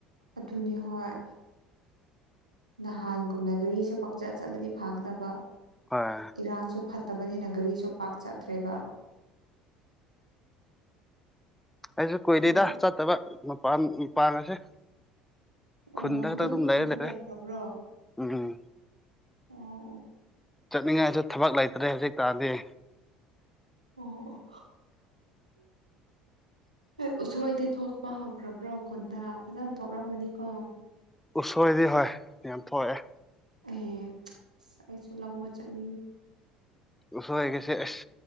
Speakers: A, on the right; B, in the centre.
A: ꯑꯗꯨꯅꯤ ꯍꯣꯏ ꯅꯍꯥꯟꯒꯨꯝꯅ ꯒꯥꯔꯤꯁꯦ ꯄꯪꯆꯠ ꯆꯠꯂꯗꯤ ꯐꯥꯒꯗꯕ
B: ꯍꯣꯏ
A: ꯏꯔꯥꯡꯁꯨ ꯐꯠꯇꯕꯅꯤꯅ ꯒꯥꯔꯤꯁꯨ ꯄꯥꯛ ꯆꯠꯇ꯭ꯔꯦꯕ
B: ꯑꯩꯁꯨ ꯀꯨꯏꯗꯦꯗ
A: ꯑꯗꯨꯒꯤ
B: ꯆꯠꯇꯕ ꯃꯄꯥꯟ ꯃꯄꯥꯟꯒꯥꯁꯦ
A: ꯑꯣ
B: ꯈꯨꯟꯗꯥ ꯑꯗꯨꯝ
A: ꯈꯨꯟꯗ
B: ꯂꯩꯔ
A: ꯂꯩꯈ꯭ꯔꯕ꯭ꯔꯣ
B: ꯎꯝ
A: ꯑꯣ ꯑꯣ
B: ꯆꯠꯅꯤꯡꯉꯥꯏꯁꯨ ꯊꯕꯛ ꯂꯩꯇ꯭ꯔꯦ ꯍꯧꯖꯤꯛ ꯀꯥꯟꯗꯤ
A: ꯑꯣ ꯑꯣ ꯎꯁꯣꯏꯗꯤ ꯊꯣꯛꯄ ꯍꯧꯈ꯭ꯔꯕ꯭ꯔꯣ ꯈꯨꯟꯗꯥ ꯐꯥꯖꯅ ꯊꯣꯛꯂꯝꯒꯅꯤꯀꯣ
B: ꯎꯁꯣꯏꯗꯤ ꯍꯣꯏ ꯌꯥꯝ ꯊꯣꯛꯑꯦ
A: ꯑꯦ ꯑꯩꯁꯨ ꯂꯧꯕ ꯆꯠꯅꯤꯡꯉꯦ
B: ꯎꯁꯣꯏ ꯒꯥꯁꯦ ꯑꯁ